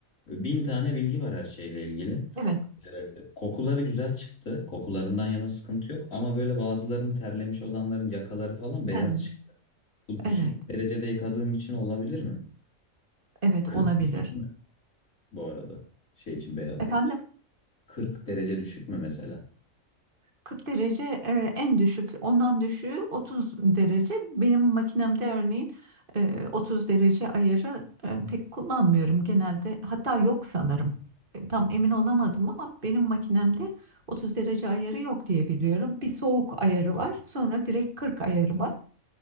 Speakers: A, on the left (about 80°); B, on the right (about 40°).
A: E, Bin tane bilgi var her şeyle ilgili.
B: Evet.
A: E, kokuları güzel çıktı. Kokularından yana sıkıntı yok. Ama böyle bazıların terlemiş olanların yakaları falan beyaz
B: Ben.
A: çıktı. Bu düşük
B: Evet.
A: derecede yıkadığım için olabilir mi?
B: Evet
A: 40
B: olabilir.
A: düşük bu arada. Şey için beyazlar
B: Efendim
A: için. 40 derece düşük mü mesela?
B: 40 derece e, en düşük. Ondan düşüğü 30 derece. Benim makinemde örneğin e, 30 derece ayarı e, pek kullanmıyorum genelde. Hatta yok sanırım. E, Tam emin olamadım ama benim makinemde 30 derece ayarı yok diye biliyorum. Bir soğuk ayarı var. Sonra direkt 40 ayarı var.